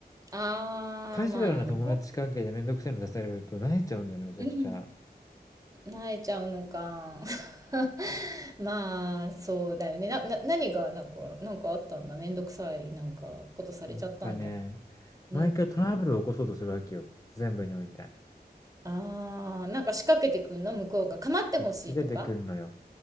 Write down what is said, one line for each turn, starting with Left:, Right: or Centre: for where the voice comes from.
Right: あー、
Left: カジュアルな友達関係でめんどくさいの出されると萎えちゃうんだよね、
Right: まあね。
Left: めちゃくちゃ。
Right: うん。泣いちゃうのか。<laughs> まあ、そうだよね。な、な、何が、なんか、なんかあったんだ。めんどくさい、なんか、ことされちゃったんだ。
Left: やっぱね、
Right: うん。
Left: 毎回トラブルを起こそうとするわけよ。全部において。
Right: ああなんか仕掛けてくんの向こうが。構ってほしいとか
Left: 仕掛けてくるのよ。